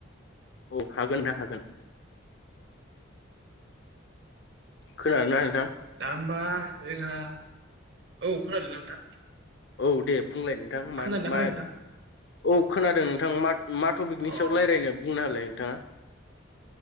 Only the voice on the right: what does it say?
दा होमबा जोंहा औ खोनादों ना नोंथां?
खोनादोंना
खोनायाखै नोंथां
अ